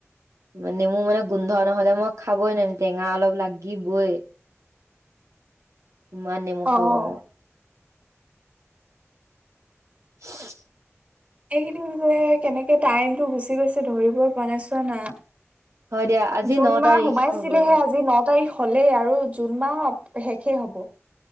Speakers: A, on the right; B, on the right.
A: মানে মোৰ মানে গোন্ধ নহলে মোক খাবই নেমু টেঙা অলপ লাগিবই। ইমান নেমু খাব
B: অ
A: পাৰোঁ। <unintelligible>
B: এইকেইদিন যে কেনেকে টাইমটো গুচি গৈছে ধৰিবই পৰা নাই চোৱা না।
A: হয় দিয়া আজি
B: জুন
A: ন
B: মাহ
A: তাৰিখ
B: সোমাইছিলেহে
A: হৈ গ'ল
B: আজি ন' তাৰিখ। হ'লেই আৰু জুন মাহ শেষেই হ'ব।